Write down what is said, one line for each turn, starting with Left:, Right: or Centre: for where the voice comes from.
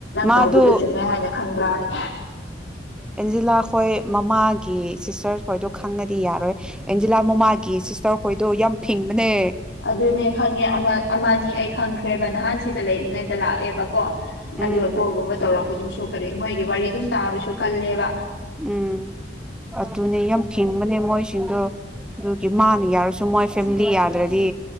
Centre: ꯃꯥꯗꯨ
Left: ꯇꯧꯕꯗꯨ ꯆꯨꯝꯃꯦ ꯍꯥꯏꯅ ꯈꯟꯕ꯭ꯔꯥ ꯍꯥꯏꯅ
Centre: ꯑꯦꯟꯖꯤꯂꯥ ꯍꯣꯏ ꯃꯃꯥꯒꯤ ꯁꯤꯁꯇꯔ ꯍꯣꯏꯗꯣ ꯈꯪꯉꯗꯤ ꯌꯥꯔꯣꯏ ꯑꯦꯟꯖꯤꯂꯥ ꯃꯃꯥꯒꯤ ꯁꯤꯁꯇꯔ ꯍꯣꯏꯗꯣ ꯌꯥꯝ ꯐꯤꯡꯕꯅꯦ
Left: ꯑꯗꯨꯅꯦ ꯈꯪꯉꯦ ꯑꯃ ꯑꯃꯅꯤ ꯑꯩ ꯈꯪꯈ꯭ꯔꯦꯕ ꯅꯍꯥꯟ ꯁꯤꯗ ꯂꯩꯔꯤꯉꯩꯗ ꯂꯥꯛꯑꯦꯕ ꯀꯣ
Centre: ꯎꯝ
Left: ꯑꯗꯨꯒ ꯀꯣꯜꯒꯨꯝꯕ ꯇꯧꯔꯛꯄꯗꯨꯁꯨ ꯀꯔꯤ ꯃꯣꯏꯒꯤ ꯋꯥꯔꯤ ꯑꯗꯨꯝ ꯇꯥꯕꯁꯨ ꯀꯜꯂꯦꯕ
Centre: ꯎꯝ ꯑꯗꯨꯅꯦ ꯌꯥꯝ ꯐꯤꯡꯕꯅꯦ ꯃꯣꯏꯁꯤꯡꯗꯣ ꯑꯗꯨꯒꯤ ꯃꯥꯅ ꯌꯥꯔꯁꯨ ꯃꯣꯏ ꯐꯦꯃꯤꯂꯤ ꯌꯥꯗ꯭ꯔꯗꯤ